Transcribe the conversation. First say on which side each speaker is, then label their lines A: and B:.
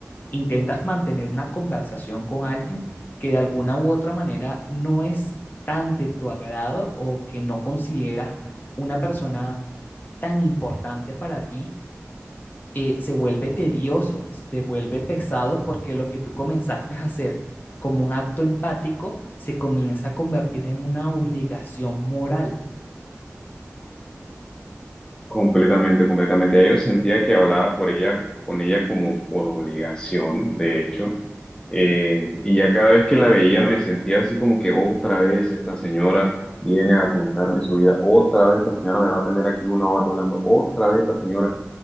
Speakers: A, on the left; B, on the left.
A: intentas mantener una conversación con alguien que de alguna u otra manera no es tan de tu agrado o que no consideras una persona tan importante para ti, eh, se vuelve tedioso, se vuelve pesado porque lo que tú comenzaste a hacer como un acto empático se comienza a convertir en una obligación moral.
B: Completamente, completamente. Ya Yo sentía que hablaba por ella, con ella como por obligación, de hecho. Eh, y ya cada vez que la veía me sentía así como que otra vez esta señora viene a contarme su vida, otra vez esta señora me va a tener aquí una hora hablando, otra vez esta señora.